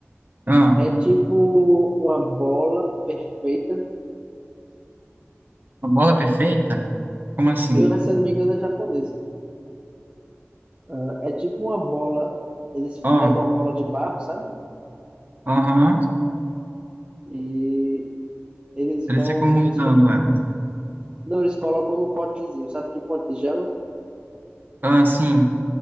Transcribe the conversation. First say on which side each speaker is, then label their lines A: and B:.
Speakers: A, on the right; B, on the right.
A: Ah,
B: É tipo uma bola perfeita.
A: uma bola é perfeita? Como assim?
B: Eu, se eu não me engano, é japonesa. Ah, é tipo uma bola. Eles
A: Ó,
B: pegam uma bola de barro, sabe?
A: aham,
B: E eles
A: eles
B: vão.
A: ficam moldando
B: Eles,
A: ela.
B: Não, eles colocam num potezinho, sabe, tipo uma tigela?
A: Ah, sim,